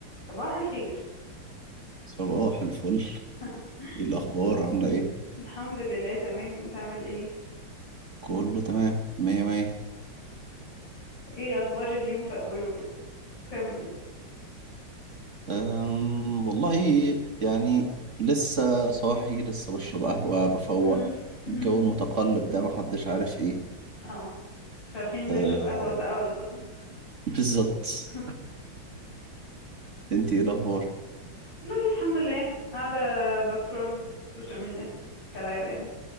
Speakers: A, on the left; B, on the right.
A: صباح الخير
B: صباح الفل
A: <laughs>
B: ايه الاخبار عامله ايه
A: الحمد لله تمام انت عامل ايه
B: كله تمام مية مية
A: ايه اخبار اليوم في اوله كده بتعمل ايه
B: أم والله يعني لسه صاحي لسه بشرب قهوه بفوق
A: مم. <laughs>
B: الجو المتقلب ده محدش عارف ايه
A: اه مش عارفين نشرب
B: أه
A: قهوة ساقعة ولا سخنة
B: بالظبط
A: <laughs>
B: انت ايه الاخبار
A: والله الحمد لله قاعدة بسكرول سوشيال ميديا كالعادة يعني